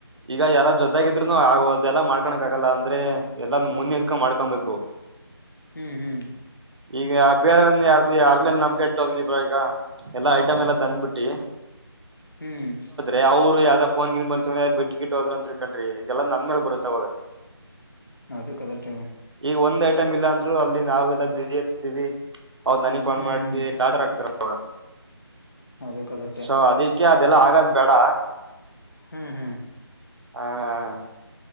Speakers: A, on the right; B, on the left.
A: ಈಗ ಯಾರ ಜೊತಾಗಿದ್ರುನು ಆ ಅದೆಲ್ಲ ಮಾಡ್ಕೊಳಕ್ ಆಗಲ್ಲ ಅಂದ್ರೆ ಎಲ್ಲಾ ಮುಂದ ನಿಂಕೊಂಡ ಮಾಡ್ಕೊಬೇಕು
B: ಹ್ಮ್ ಹ್ಮ್
A: ಈಗ ಬೇರನ್ನ ಯಾರ್ದು ಯಾರ್ಮೇಲೆ ನಮ್ಕ ಇಟ್ಟ ಹೋಗ್ಲಿಬ್ರ ಈಗ ಎಲ್ಲಾ ಐಟಮ್ ಎಲ್ಲ ತಂದ್ಬಿಟ್ಟಿ
B: ಹ್ಮ್
A: ಅೆ ಅವ್ ಯಾವ್ದನ್ಗಿ ಬಂತ ಬಿಗಿಟ್ ಹೋದರು ಅಂತಳ್ಕ್ರಿ ಇ ಎಲ್ಲಾ ನಂದ ಮೇಲೆ ಬರುತ್ತಾವವಾಗ
B: ಹದು ಕಲರ್ಟ
A: ಈಗ ಒಂದ್ ಐಟ್ ಇಲ್ಲ ಅಂದ್ರು ಅಲ್ಲಿ ನಾವೆಲ್ಲಾ ಬಿಸಿ ಇರ್ತೀವಿ ಹೌದ್ ನನಗ್
B: ಹ್ಮ್
A: ಫೋನ್ ಮಾಡಿ
B: ಹ್ಮ್
A: ಟಾಚರ್ ಹಾಕ್ತಾರ ಅವ
B: ಅದು ಕರೆಕ್ಟೆ
A: ಸೊ ಅದಿಕ್ಕೆ ಅದೆಲ್ಲ ಆಗದ್ ಬೇಡ
B: ಹ್ಮ್ ಹ್ಮ್
A: ಹ ಹ